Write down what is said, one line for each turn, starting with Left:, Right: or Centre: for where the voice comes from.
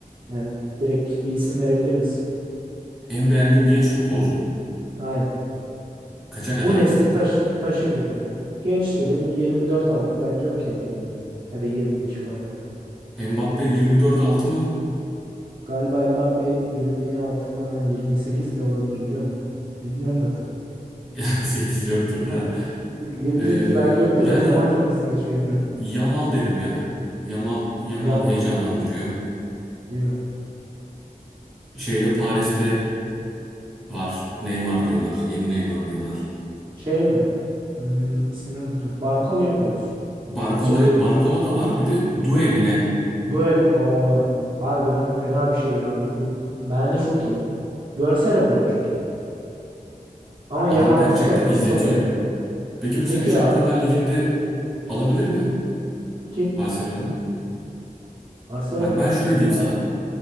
Right: Yani direkt bir isim verebilir misin?
Centre: En beğendiğim genç futbolcu mu?
Right: Aynen.
Centre: Kaça kadar?
Right: Bu nesli taş taşır dedim yani. Genç dedim 24-6 bence okeydir yani. Ya da 25 falan en fazla.
Centre: Mbappe 24 altı mı?
Right: Galiba Mbappe 26 falan 28 de olabilir biliyor musun? Bilmiyorum da tam.
Centre: <laughs> 8 yoktur da.
Right: 28
Centre: Ee,
Right: belki yoktur
Centre: yani
Right: da zaman çok hızlı geçiyor emin ol.
Centre: Yamal derim ya. Yamal Yamal
Right: Yama
Centre: heyecanlandırıyor.
Right: değil mi?
Centre: Şeyde Paris'te var. Neymar diyorlar. Yeni Neymar diyorlar.
Right: Şey mi? Hmm, ismini unuttum. Barkola'ya mı diyorsun?
Centre: Barcola,
Right: Yoksa diğer
Centre: Barcola da var. Bir de Doué mi ne?
Right: Due Du- Aa, harbiden fena bir şey abi bu. Bence çok iyi. Görsel olarak çok iyi. Ama
Centre: Adam
Right: Yamal
Centre: gerçekten
Right: çok
Centre: izletiyor.
Right: çok önde ya.
Centre: Peki bu sene
Right: Peki
Centre: Şampiyonlar
Right: a-
Centre: Ligi'nde alabilir mi
Right: kim?
Centre: Barcelona?
Right: Barcelona
Centre: Bak ben
Right: mı?
Centre: şöyle diyeyim
Right: Abi
Centre: sana.